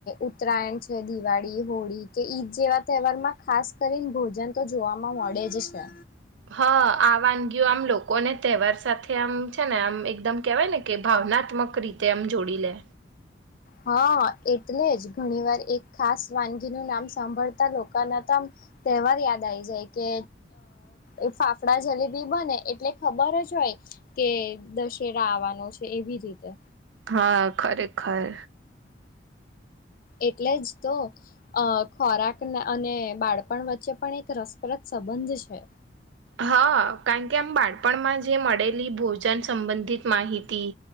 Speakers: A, on the left; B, on the right.
A: ઉતરાયણ છે દિવાળી હોળી કે ઈદ જેવા તહેવારમાં ખાસ કરીને ભોજન તો જોવાવામાં મળે જ છે.
B: હા આ વાનગીયો આમ લોકોને તહેવાર સાથે આમ છે ને આમ એકદમ કેવાય ને કે ભાવનાત્મક રીતે આમ જોડી લે.
A: હા એટલે જ ઘણી વાર એક ખાસ વાનગીનું નામ સાંભળતા લોકોના તો તહેવાર યાદ આવીઈ જાય કે અ ફાફડા જલેબી બને એટલે ખબર જ હોય કે દશેરા આવવાનો છે એવી રીતે.
B: હા ખરેખર.
A: એટલે જ તો અ ખોરાક અને બાળપણ વચ્ચે પણ એક રસપ્રદ સંબંધ છે.
B: હા કારણ કે આમ બાળપણમાં જે મળેલી ભોજન સંબંધિત માહિતી